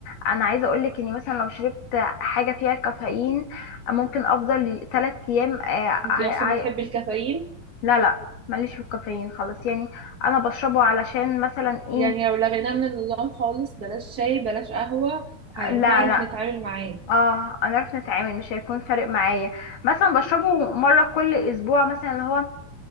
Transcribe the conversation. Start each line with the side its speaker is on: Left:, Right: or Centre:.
Left: انا عايزه اقول لك اني مثلا لو شربت حاجه فيها كافيين ممكن افضل 3 ايام آه،
Right: انتي
Left: عاي-
Right: أصلا
Left: عاي-
Right: بتحبي الكافيين
Left: لا لا ماليش في الكافيين خلاص يعني انا بشربه علشان مثلا ايه
Right: يعني لو لغيناه من النظام خالص بلاش شاي بلاش قهوة هنعرف
Left: لا لا
Right: نتعامل معاه
Left: اه انا عارف نتعامل مش هيكون فارق معايا مثلا بشربه مره كل اسبوع مثلا اللي هو